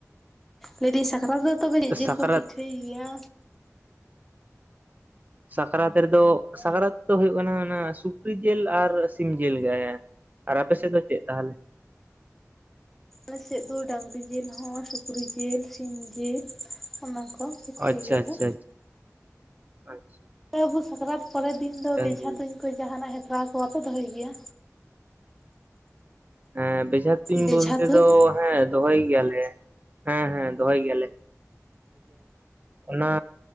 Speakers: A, in the centre; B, on the right.
A: ᱞᱟᱹᱭᱫᱟᱹᱧ ᱥᱟᱠᱨᱟᱛ ᱛᱚᱵᱮ ᱡᱤᱞ
B: ᱥᱟᱠᱨᱟᱛ
A: ᱠᱚᱯᱮ ᱯᱤᱴᱷᱟᱹᱭ ᱜᱮᱭᱟ?
B: ᱥᱟᱠᱨᱟᱛ ᱨᱮᱫᱚ ᱥᱟᱠᱨᱟᱛ ᱫᱚ ᱦᱩᱭᱩᱜ ᱠᱟᱱᱟ ᱚᱱᱟ ᱥᱩᱠᱨᱤ ᱡᱤᱞ ᱟᱨ ᱥᱤᱢ ᱡᱤᱞ ᱜᱮ ᱟᱨ ᱟᱯᱮᱥᱮᱫ ᱫᱚ ᱪᱮᱫ ᱛᱟᱦᱚᱞᱮ?
A: ᱟᱞᱮᱥᱮᱫ ᱫᱚ ᱰᱟᱹᱝᱨᱤ ᱡᱤᱞ ᱦᱚᱸ ᱥᱩᱠᱨᱤ ᱡᱤᱞ ᱥᱤᱢ ᱡᱤᱞ ᱚᱱᱟ ᱠᱚ ᱯᱤᱴᱷᱟᱹᱭ
B: ᱟᱪᱪᱷᱟ
A: ᱜᱮᱭᱟᱞᱮ᱾
B: ᱟᱪᱪᱷᱟ ᱟᱪᱪᱷᱟ
A: ᱟᱯᱮ ᱦᱚᱸ ᱥᱟᱠᱨᱟᱛ ᱯᱚᱨᱮᱨ ᱫᱤᱱ ᱫᱚ
B: ᱰᱟᱝᱨᱤ
A: ᱵᱮᱡᱷᱟ ᱛᱩᱧ ᱠᱚ ᱡᱟᱦᱟᱱᱟᱜ ᱦᱮᱯᱨᱟᱣ ᱠᱚ ᱵᱟᱯᱮ ᱫᱚᱦᱚᱭ ᱜᱮᱭᱟ?
B: ᱦᱮᱸ ᱵᱮᱡᱷᱟ ᱛᱩᱧ
A: ᱵᱮᱡᱷᱟ
B: ᱵᱚᱞᱛᱮ
A: ᱛᱩᱧ
B: ᱫᱚ ᱦᱮᱸ ᱫᱚᱦᱚᱭ ᱜᱮᱭᱟᱞᱮ ᱦᱮᱸ ᱦᱮᱸ ᱫᱚᱦᱚᱭ ᱜᱮᱭᱟᱞᱮ᱾ ᱚᱱᱟᱼᱼ